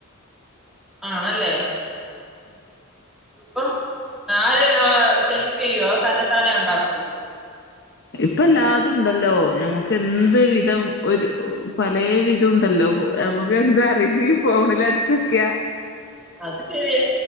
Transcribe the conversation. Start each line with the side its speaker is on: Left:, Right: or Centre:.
Centre: ആ നല്ലെയാ പ്പം നാര് ആ ഹെൽപ് ചെയ്യുവേ തന്നെ താന്നെ ഉണ്ടാക്കോ
Left: ഇപ്പല്ലാതും ഉണ്ടല്ലോ ഞമ്മക്ക് എന്ത് വിധം ഒരു പലേവിദുണ്ടല്ലോ നമ്മക്ക് എന്ത് അറിയില്ലെങ്കി ഫോണിൽ അടിച്ച് നോകിയാ
Centre: അത് ശെരിയാ